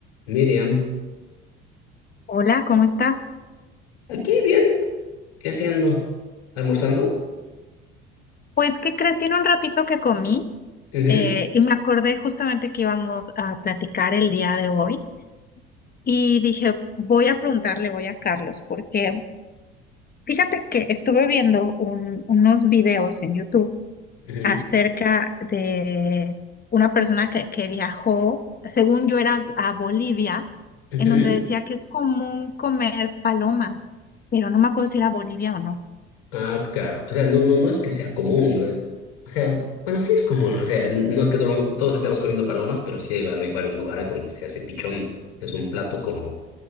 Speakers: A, on the left (about 65°); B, on the left (about 30°).
A: Miriam,
B: Hola, ¿cómo estás?
A: aquí bien, ¿qué haciendo? ¿Almorzando?
B: Pues, ¿qué crees? Tiene un ratito que comí
A: Ujú,
B: eh, y me acordé justamente que íbamos a platicar el día de hoy y dije, voy a preguntarle, voy a Carlos, porque fíjate que estuve viendo un- unos videos en YouTube
A: ujú,
B: acerca de una persona que, que viajó, según yo era a Bolivia,
A: ujú.
B: en donde decía que es común comer palomas, pero no me acuerdo si era Bolivia o no.
A: Ah, claro. O sea, no, no, no es que sea común. eh. O sea, bueno, sí es común. O sea, n- no es que todo el mundo- todos estemos comiendo palomas, pero sí hay vari- hay varios lugares donde se hace pichón. Es un plato como,